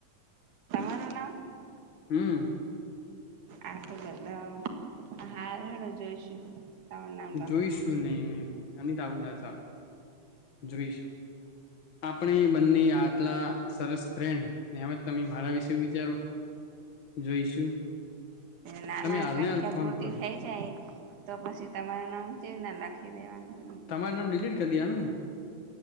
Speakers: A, on the right (about 80°); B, on the left (about 50°).
A: મારો નામ
B: હમ
A: આ તો બધા હા હેડો જોઈશું તમારું નામ લખી
B: જોઈશું
A: દઈશું
B: નહી નહી એ ત આવું ના ચાલે જોઈશ આપણે બંને આટલા સરસ ફ્રેન્ડનેમ તમે મારા વિશે વિચારો જોઈશું
A: નાના
B: તમે હાલને
A: સંખ્યા
B: હાલ ફોન
A: પૂરતી
B: કરો
A: થઈ જાય તો પછી તમારું નામ જવ ના લખી દેવાનું
B: તમારે નામ ડિલીટ કરી દનું